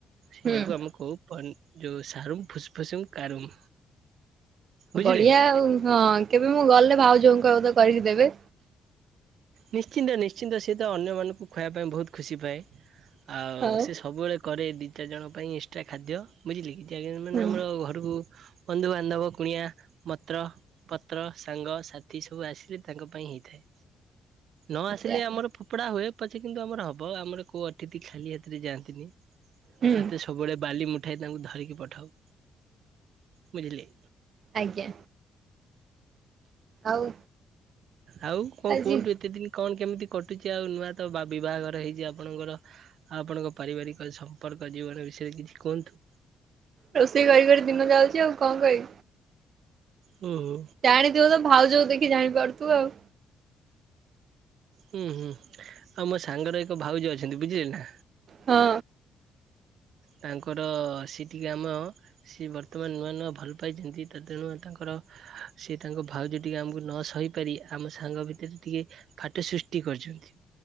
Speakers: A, on the right; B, on the right.
A: ସେଇଆକୁ
B: ହୁଁ।
A: ଆମେ କହୁ ପ ଯଉଁ ସାରୁମ୍ ଫୁସ୍ଫୁସୁମ୍ କାରୁମ୍। ବୁଝିଲେ।
B: ବଢିଆ ଆଉ ହଁ କେବେ ମୁଁ ଗଲେ ଭାଉଜଙ୍କୁ କହିବ ତ କରିକି ଦେବେ।
A: ନିଶ୍ଚିନ୍ତ ନିଶ୍ଚିନ୍ତ। ସେ ତ ଅନ୍ୟମାନଙ୍କୁ ଖୁଆଇବା ପାଇଁ ବହୁତ ଖୁସି ପାଏ। ଆଉ
B: ହଉ
A: ସେ ସବୁବେଳେ କରେ ଦିଇ ଚାରିଜଣଙ୍କ ପାଇଁ ଏକ୍ସଟ୍ରା ଖାଦ୍ୟ ବୁଝିଲେ କିି। <unintelligible> ମାନେ
B: ହୁଁ
A: ଆମର ଘରକୁ ବନ୍ଧୁବାନ୍ଧବ କୁଣିଆ ମତ୍ର ପତ୍ର ସାଙ୍ଗସାଥି ସବୁ ଆସିଲେ ତାଙ୍କ ପାଇଁ ହେଇଥାଏ। ନ ଆସିଲେ
B: ଯା
A: ଆମର ଫୋପଡା ହୁଏ। ପଛେ କିନ୍ତୁ ଆମର ହବ ଆମର କୋଉ ଅତିଥି ଖାଲି ହାତରେ ଯାଆନ୍ତିନି।
B: ହୁଁ
A: ହାତରେ ସବୁବେଳେ ବାଲିମୁଟ ଠାଏ ତାଙ୍କୁ ଧରିକି ପଠାଉ ବୁଝିଲେ।
B: ଆଜ୍ଞା ଆଉ
A: ଆଉ କଣ
B: ଆଜି
A: କୁହନ୍ତୁ ଏତେ ଦିନ କଣ କେମିତି କଟୁଚି ଆଉ ନୂଆ ତ ବିବାହଘର ହେଇଚି ଆପଣଙ୍କର ଆଉ ଆପଣଙ୍କ ପାରିବାରିକ ସମ୍ପର୍କ ଜୀବନ ବି ବିଷୟରେ କିଛିି କୁହନ୍ତୁ।
B: ରୋଷେଇ କରି କରି ଦିନ ଯାଉଚି ଆଉ କଣ କହିବି।
A: ଓହୋ
B: ଜାଣିଥିବ ତ ଭାଉଜକୁ ଦେଖି ଜାଣିପାରୁଥିବ ଆଉ।
A: ହୁଁ ହୁଁ ଆଉ ମୋ ସାଙ୍ଗର ଏକ ଭାଉଜ। ଅଛନ୍ତି ବୁଝିଲେ ନା।
B: ହଁ
A: ତାଙ୍କର ସେଟିକେ ଆମ ସେ ବର୍ତ୍ତମାନ ନୂଆ ନୂଆ ଭଲ ପାଇଛନ୍ତି ତ ତେଣୁ ତାଙ୍କ ତାଙ୍କର ସେ ତାଙ୍କ ଭାଉଜ ଟିକ ଆମକୁ ନ ସହିପାରି ଆମ ସାଙ୍ଗ ଭିତରେ ଟିକେ ଫ। ଟ ଫାଟ ସୃଷ୍ଟି କରିଛନ୍ତି।